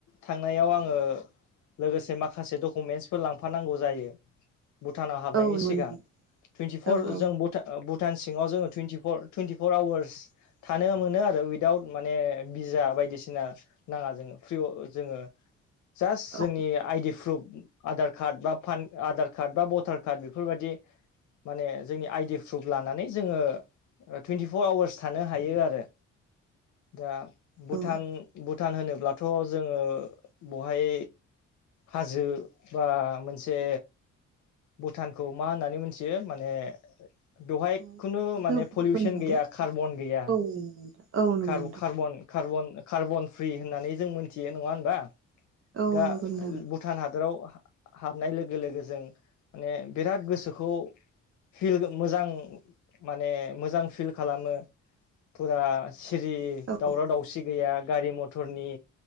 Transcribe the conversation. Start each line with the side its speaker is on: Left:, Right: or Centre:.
Left: थांनायाव आङो लोगोसे माखासे डकुमेन्टसफोर लांफानांगौ जायो। भुटानाव हाबनायनि
Right: औ नंगौ
Left: सिगां
Right: नोंथां
Left: टुइनटिफर
Right: औ औ
Left: जों भुटान ओ भुटान सिङाव जोङो टुइटिरफर टुइटि फर आवार्स थानो मोनो आरो उइदाउट माने बिजा बायदिसिना नाङा जोङो फ्रि जोङो जास्ट
Right: औ
Left: जोंनि आइडि प्रुफ आधार कार्ड बा फान आधार कार्ड बा भटार कार्ड बेफोर बादि माने जोंनि आइडि प्रुफ लानानै जोङो टुइन्टिफर आवार्स थानो हायो आरो दा भुटान‌
Right: औ
Left: भुटान होनोब्लाथ' जोङो बहाय हाजो बा मोनसे भुटानखौ मा होननानै मोनथियो माने बेवहाय
Right: औ
Left: खुनु माने
Right: गुबुन
Left: पलिउसन
Right: हादोर
Left: गैया कार्बन
Right: औ
Left: गैया
Right: औ नंगौ
Left: कार
Right: नोंथां
Left: कार्बन कार्बन कार्बन फ्रि होननानै जों मोनथियो नङा होनबा
Right: औ
Left: दा
Right: नंगौ नोंथां
Left: भु भुटान हादोराव हाबनाय लोगो लोगो जों माने बिराद गोसोखौ फिल मोजां माने मोजां फिल खालामो फुरा सिरि
Right: औ नंगौ नोंथां औ
Left: दावराव दावसि गैया गारि मथरनि